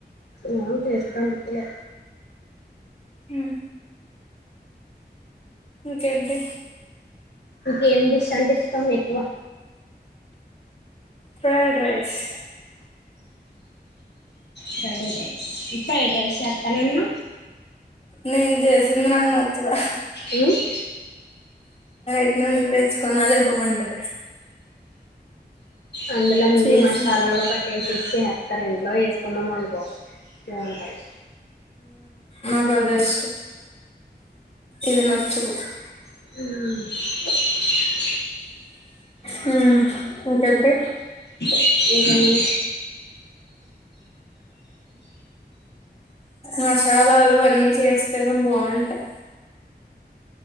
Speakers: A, on the left; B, on the left.
A: నాను చేస్తుంటలె
B: హ్మ్ ఇంకేంటి
A: ఇంకేం డిష్ అంటే ఇష్టం ఎక్కువ
B: fried rice
A: fried rice fried rice చేత్తనమ్మ
B: నేన్ చేసింది నాకు నచ్చదు
A: ఉమ్
B: ఇన్నొం నువ్వే ఇచ్చుకో నాదే బాగుంటది
A: అందులో అన్ని
B: చేసి
A: మసాలాలు కట్టేసేసి ఎత్త రెంట్లో వేస్ వండమను పో ఏం కర్రీ
B: నాకదే ఇష్టం ఇది నచ్చదు
A: హుమ్
B: హుమ్ ఇంకేంటి
A: ఇంకేమి
B: మసాలాలు అన్నీ చేస్తేనే బాగుంటాయి